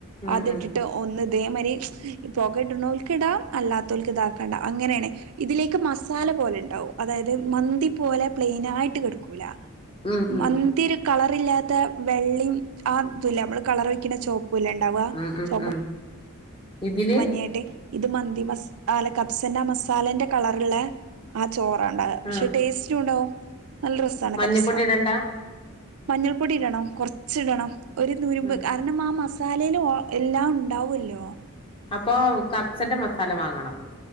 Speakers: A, on the left; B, on the right.
A: ഉം
B: അതിട്ടിട്ട്
A: ഉം
B: ഒന്ന് അതേമാതിരി പോക ഇടണോൾക്ക് ഇടാം അല്ലാത്തവൾക്ക് ഇതാക്കാണ്ട അങ്ങനെയാണ് ഇതിലേക്ക് മസാല പോലെണ്ടാവും അതായത് മന്തി പോലെ പ്ലെയിൻ ആയിട്ട് കെട്ക്കൂല
A: ഉം ഉം
B: മന്ത്യരു കളർ ഇല്ലാത്ത വെള്ളിം ആ ഇതുല്ലെ നമ്മള് കളറൊയ്ക്കിണെ ചോപ് പോലണ്ടാവുക
A: ഉം ഉം
B: ചോപ്പം
A: ഉം ഇതില്
B: മഞ്ഞേട്ട് ഇത് മന്തി മസ് ആല്ല കബ്സന്റെ മസാലന്റെ കളറിള്ള അ ചോറണ്ട പക്ഷെ
A: ആ
B: ടേസ്റ്റ് ഉണ്ടോ നല്ല രസാണ്
A: മഞ്ഞപ്പൊടി
B: കബ്സ
A: ഇടണ്ട
B: മഞ്ഞൾപ്പൊടി ഇടണം കൊറച്ച് ഇടണം ഒരു നുറുമ്പ്
A: ഉം
B: കാരണം ആ മസാലേൽ ഓ എല്ലാം ഉണ്ടാവല്ലോ
A: അപ്പൊ കബ്സന്റെ മസാല വാങ്ങണം